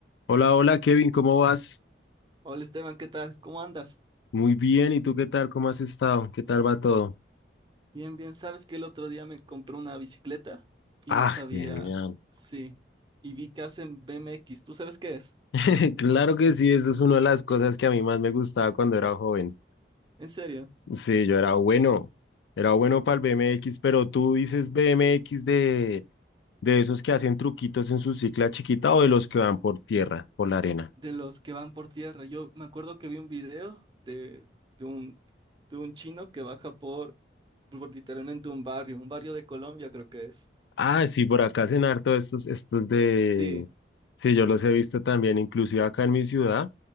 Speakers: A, on the left; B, on the right.
A: Hola, hola Kevin, ¿cómo vas?
B: Hola Esteban, ¿qué tal? ¿Cómo andas?
A: Muy bien, ¿y tú qué tal? ¿Cómo has estado? ¿Qué tal va todo?
B: Bien, bien. ¿Sabes que el otro día me compré una bicicleta y
A: Ah,
B: no sabía?
A: genial.
B: Sí. Y vi que hacen BMX. ¿Tú sabes qué es?
A: <laughs> Claro que sí, eso es una de las cosas que a mí más me gustaba cuando era joven.
B: En serio,
A: Sí, yo era bueno, era bueno para el BMX, pero tú dices BMX de, de esos que hacen truquitos en su cicla chiquita o de los que van por tierra, por la arena.
B: de los que van por tierra. Yo me acuerdo que vi un video de, de un, de un chino que baja por, por literalmente un barrio, un barrio de Colombia creo que es.
A: Ah, sí, por acá hacen harto estos, estos de...
B: Sí,
A: Sí, yo los he visto también, inclusive acá en mi ciudad.